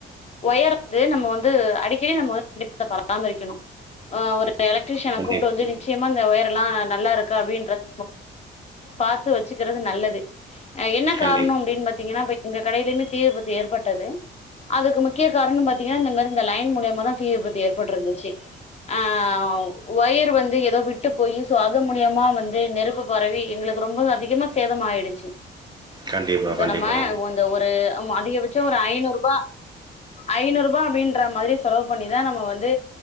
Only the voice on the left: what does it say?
ஒயர் வந்து நம்ம வந்து அடிக்கடி நம்ம வந்து கண்டிப்பா அதை பராமரிக்கணும் ஆஹ் ஒரு எலக்ட்ரீஷியன
கூப்பிட்டு வந்து நிச்சயமா இந்த ஒயர் எல்லாம் நல்லா இருக்கு அப்படின்றது பாத்து வச்சுக்கிறது நல்லது ஏன்னா
காரணம் அப்படின்னு பாத்தீங்கன்னா இப்ப எங்க கடையிலயுமே தீ விபத்து ஏற்பட்டது அதுக்கு முக்கிய காரணம் பாத்தீங்கன்னா இந்த மாதிரி இந்த லைன் மூலியமா தான் தீ விபத்து ஏற்பட்டுருந்துச்சு ஆஹ் ஒயர் வந்து ஏதோ விட்டு போய் சோ அது மூலியமா வந்து நெருப்பு பரவி எங்களுக்கு ரொம்ப அதிகமா சேதம் ஆயிடுச்சு
சோ
நம்ம ஒரு அதிக பட்சம் ஒரு ஐநூறு ரூபாய் ஐநூறு ரூபாய் அப்படின்ற மாதிரி செலவு பண்ணிதான் நம்ம வந்து